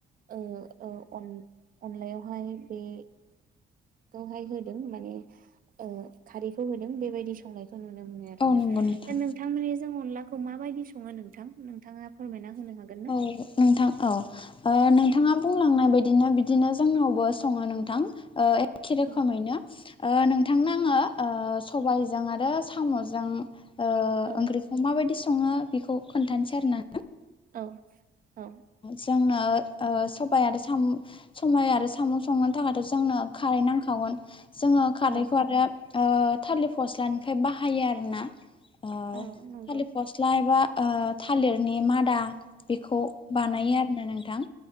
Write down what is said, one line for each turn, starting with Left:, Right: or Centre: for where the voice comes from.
Right: ओ ओ अनलायावहाय बे खौहाय होदों माने ओ खारैखौ होदों बेबायदि संनायखौ नो नुनो मोनो आरो
Left: औ
Right: ना
Left: नंगौ नोंथां
Right: दा नोंथांनि जों अनलाखौ मा बायदि सङो नोंथां नोंथाङा फोरमायना होनो हागोन ना?
Left: औ नोंथां। औ नोंथाङा बुंलांनाय बाय दिनो बिदिनो जोंनावबो सङो नोंथां एखे रोखोमैनो।
Right: औ
Left: ओ नोंथांनो आङो सबायजों आरो साम'जों ओ
Right: औ
Left: ओंख्रिखौ माबायदि सङो बेखौ खोन्थानोसै आरो ना।
Right: औ औ।
Left: जोंनो ओ सबाय आरो साम सबाय आरो साम' संनो थाखायथ' जोंनो खारै नांखागोन। जोङो खारैखौ
Right: औ
Left: आरो ओ थालिर फस्लानिफ्राय बाहायो आरोना। ओ
Right: औ नंगौ
Left: थालिर फस्ला एबा थालिरनि मादा बेखौ बानायो
Right: औ
Left: आरोना नोंथां